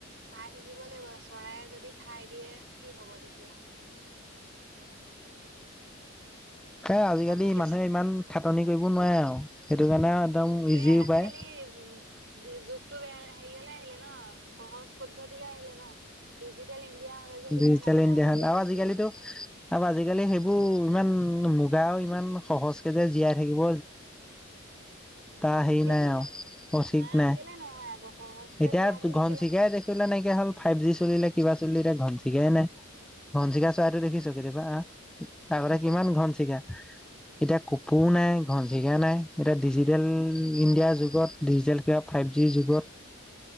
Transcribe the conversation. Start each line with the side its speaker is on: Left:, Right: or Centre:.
Right: চাই থাকিব লাগিব চৰায় যদি খ খাই দিয়ে কি হ'ব তেতিয়া
Centre: হে আজিকালি
Right: আকৌ পিছ
Centre: মানুহে ইমান খাটনি কৰিব নোৱাৰে আৰু সেইটো কাৰণে একদম
Right: উম সেয়ে
Centre: ইজি উপায়।
Right: আজিকালি উ যুগতটো বেয়া হেৰিয়লে আহিলে ন সহজ উন্নতিলে আহিলে ন ডিজিটেল <unintelligible> সেইটো
Centre: ডিজিটেল
Right: কাৰণে মানুহে
Centre: ইণ্ডিয়া খান আৰু
Right: কষ্ট
Centre: আজিকালি
Right: কৰিব নাই
Centre: আৰু আজিকালি সেইবোৰ ইমান <unintelligible> উ মুগাও ইমান সহজকে যে জীয়াই থাকিব তা সেই
Right: কেলে
Centre: নাই আৰু
Right: ন
Centre: অচিক
Right: না
Centre: নাই
Right: কেলে
Centre: <unintelligible>
Right: নহয় আকৌ সহজকে
Centre: এতিয়া
Right: জীয়াই থাকিব
Centre: ঘনচিকাই
Right: কেলে নহয়
Centre: দেখিলে নাইক হ'ল ফাইভ জি চলিলে কিবা চলিলে এতিয়া ঘনচিকাই নাই ঘনচিকা চোৱাটো দিছে কেতিয়াবা আহ <unintelligible>
Right: দেখিছো
Centre: আগতে কিমান ঘনচিকাা এতিয়া কুপুৰ নাই ঘনচিকাা নাই এতিয়া ডিজিটেল
Right: আছে
Centre: ইণ্ডিয়াৰ যুগত ডিজিটেল কিবা ফাইভ জিৰ যুগত